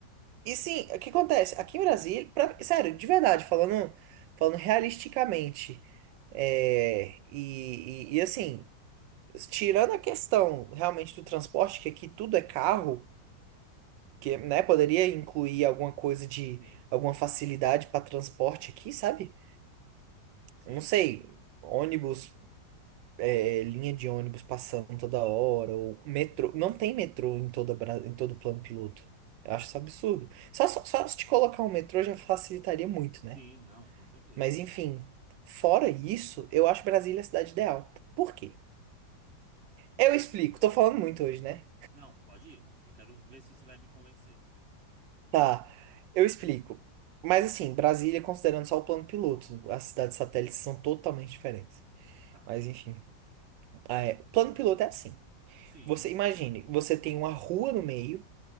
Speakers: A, on the right (about 80°); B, on the right (about 35°).
A: E sim, o que acontece? Aqui em Brasília, pra- sério, de verdade, falando, falando realisticamente, é, e, e, e assim, tirando a questão realmente do transporte, que aqui tudo é carro, que, né, poderia incluir alguma coisa de,
B: tem,
A: alguma facilidade para transporte aqui, sabe?
B: sim.
A: Não sei, ônibus, é, linha de ônibus passando toda hora, ou metrô, não tem metrô em toda, Bra- em todo o plano piloto. Eu acho isso absurdo. Só, só, só se te colocar um metrô já facilitaria muito,
B: Sim,
A: né?
B: não, com certeza.
A: Mas enfim, fora isso, eu acho Brasília a cidade ideal. Por quê? Eu explico, tô falando muito hoje, né?
B: Não, pode ir. Eu quero ver se você vai me convencer.
A: Tá, eu explico. Mas assim, Brasília, considerando só o plano piloto, as cidades satélites são totalmente diferentes.
B: Tá.
A: Mas enfim, ah, é. Plano piloto é assim.
B: Sim,
A: Você imagine, você tem uma rua no meio